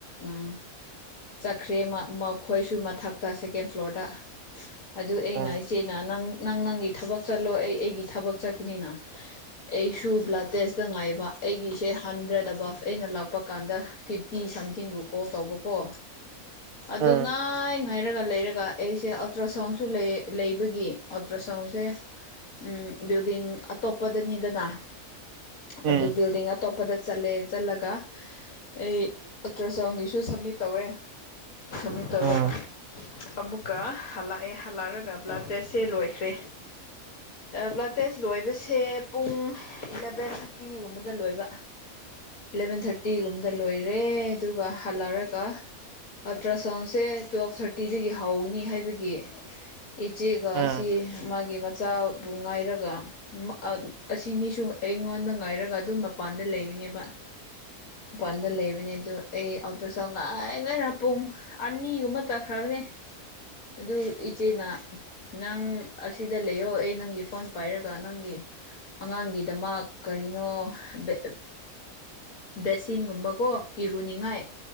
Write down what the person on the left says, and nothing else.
ꯎꯝ ꯆꯠꯈ꯭ꯔꯦ ꯃꯈꯣꯏꯁꯨ ꯃꯊꯛꯇ ꯁꯦꯀꯦꯟ ꯐ꯭ꯂꯣꯔꯗ ꯑꯗꯨ ꯑꯩꯅ
ꯏꯆꯦꯅ ꯅꯪ ꯅꯪ ꯅꯪꯒꯤ ꯊꯕꯛ ꯆꯠꯂꯣ ꯑꯩ ꯑꯩꯒꯤ ꯊꯕꯛ ꯆꯠꯀꯅꯤꯅ ꯑꯩꯁꯨ ꯕ꯭ꯂꯇꯦꯁꯇ ꯉꯥꯏꯕ ꯑꯩꯒꯤꯁꯦ ꯍꯟꯗ꯭ꯔꯦꯗ ꯑꯕꯞ ꯑꯩꯅ ꯂꯥꯛꯄ ꯀꯥꯟꯗ ꯐꯤꯐꯇꯤ ꯁꯝꯊꯤꯡꯕꯨ ꯀꯣꯜ ꯇꯧꯕꯀꯣ ꯑꯗꯨ
ꯉꯥꯏ ꯉꯥꯏꯔꯒ ꯂꯩꯔꯛ ꯑꯗꯨꯒ ꯑꯩꯁꯦ ꯑꯜꯇ꯭ꯔ ꯁꯥꯎꯟꯁꯨ ꯂꯩ ꯂꯩꯕꯒꯤ ꯑꯜꯇ꯭ꯔ ꯁꯥꯎꯟꯁꯦ ꯎꯝ ꯕꯤꯜꯗꯤꯡ ꯑꯇꯣꯞꯄꯗꯅꯤꯗꯅ
ꯑꯗꯣ ꯕꯤꯜꯗꯤꯡ ꯑꯇꯣꯞꯄꯗ ꯆꯠꯂꯦ ꯆꯠꯂꯒ ꯑꯩ ꯑꯜꯇ꯭ꯔ ꯁꯥꯎꯟꯒꯤꯁꯨ ꯁꯕꯃꯤꯠ ꯇꯧꯔꯦ ꯁꯕꯃꯤꯠ
ꯇꯧꯔꯒ ꯑꯃꯨꯛꯀ ꯍꯜꯂꯛꯑꯦ ꯍꯜꯂꯛ ꯑꯒ ꯕ꯭ꯂꯠꯇꯦꯁꯁꯦ ꯂꯣꯏꯈ꯭ꯔꯦ ꯕ꯭ꯂꯗ ꯇꯦꯁ ꯂꯣꯏꯕꯁꯦ ꯄꯨꯡ ꯏꯂꯚꯦꯟ ꯊꯥꯔꯇꯤ ꯒꯨꯝꯕꯗ ꯂꯣꯏꯕ ꯏꯂꯚꯦꯟ ꯊꯥꯔꯇꯤꯒꯨꯝꯕꯗ ꯂꯣꯏꯔꯦ ꯑꯗꯨꯒ ꯍꯜꯂꯛꯔꯒ ꯑꯜꯇ꯭ꯔ ꯁꯥꯎꯟꯁꯦ ꯇꯨꯋꯦꯜꯐ ꯊꯥꯔꯇꯤꯗꯒꯤ ꯍꯧꯒꯅꯤ ꯍꯥꯏꯕꯒꯤ ꯏꯆꯦꯒ
ꯁꯤ ꯃꯥꯒꯤ ꯃꯆꯥ ꯕꯨ ꯉꯥꯏꯔꯒ ꯑꯥ ꯑꯁꯤꯅꯤꯁꯨ ꯑꯩꯉꯣꯟꯗ ꯉꯥꯏꯔꯒ ꯑꯗꯨꯝ ꯃꯄꯥꯟꯗ ꯂꯩꯕꯅꯦꯕ ꯃꯄꯥꯟꯗ ꯂꯩꯕꯅꯦ ꯑꯗꯣ ꯑꯩ ꯑꯜꯇ꯭ꯔ ꯁꯣꯎꯟ ꯉꯥꯏ ꯉꯥꯏꯔꯒ ꯄꯨꯡ ꯑꯅꯤꯒꯨꯝꯕ ꯇꯈ꯭ꯔꯕꯅꯦ ꯑꯗꯨ ꯏꯆꯦꯅ ꯅꯪ ꯑꯁꯤꯗ ꯂꯩꯌꯣ ꯑꯩ ꯅꯪꯒꯤ ꯐꯣꯟ ꯄꯥꯏꯔꯒ ꯅꯪꯒꯤ ꯑꯉꯥꯡꯒꯤꯗꯃꯛ ꯀꯔꯤꯅꯣ ꯕꯦ ꯕꯦꯁꯤꯟꯒꯨꯝꯕꯀꯣ ꯏꯔꯨꯅꯤꯉꯥꯏ